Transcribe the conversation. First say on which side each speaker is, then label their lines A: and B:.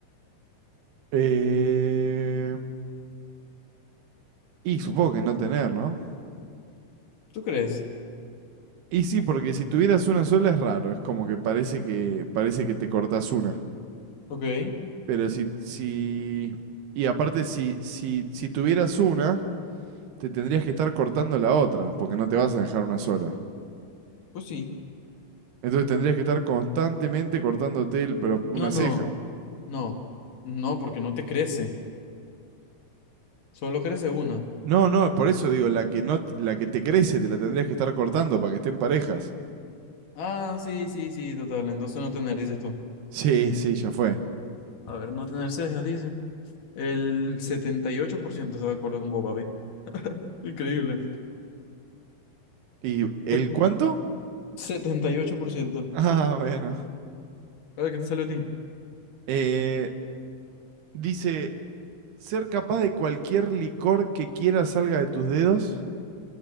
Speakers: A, on the right (about 80°); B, on the left (about 60°).
A: Eh, y supongo que no tener, ¿no?
B: ¿Tú crees?
A: Y sí, porque si tuvieras una sola es raro, es como que parece que parece que te cortas una.
B: Ok,
A: Pero si, si y aparte si, si, si tuvieras una, te tendrías que estar cortando la otra, porque no te vas a dejar una sola.
B: pues sí.
A: Entonces tendrías que estar constantemente cortándote el, pero una
B: No, no,
A: ceja.
B: no, no, porque no te crece, solo crece una.
A: No, no, por eso digo, la que no, la que te crece te la tendrías que estar cortando para que estén parejas.
B: Ah, sí, sí, sí, total, entonces no tener, dices tú.
A: Sí, sí, ya fue.
B: A ver, no tener cejas, dice. El 78%, está de acuerdo con vos, papi. Increíble.
A: ¿Y el
B: Se-
A: cuánto? <laughs>
B: setenta y ocho por ciento.
A: Ah, bueno.
B: A ver, ¿qué te salió a ti?
A: Eh, dice, ser capaz de cualquier licor que quieras salga de tus dedos.